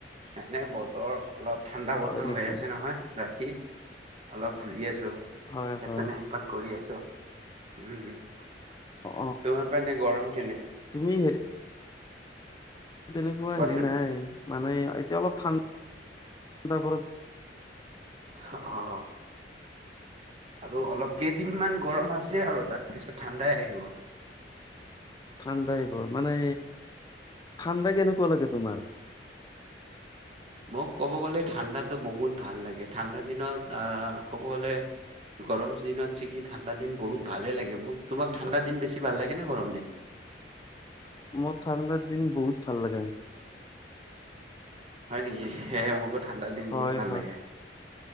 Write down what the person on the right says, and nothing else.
এনে বতৰ অলপ ঠাণ্ডা
বতৰ
হৈ আছে নহয় ৰাতি অলপ ঘূৰি আছোঁ
সেপেনে
সেপেন কৰি আছোঁ ।
তোমাৰ পানে গৰম কেনে?
কোৱাচোন?
অ অ আৰু অলপক দিন ম গৰম আছে আৰু তাৰ পিছত ঠাণ্ডাই আহিব।
মোক ক'ব গ'লে ঠাণ্ডাতো বহুত ভাল লাগে ঠাণ্ডা দিনত আহ ক'ব গ'লে গৰম দিনত <unintelligible> ঠাণ্ডা দিন বহুত ভালে লাগে মোক তোমাক ঠাণ্ডা দিন বেছি ভাল লাগে নে গৰম দিন <unintelligible>
হয় নেকি স মোকো ঠাণ্ডা দিন
বহুত ভাল
লাগে।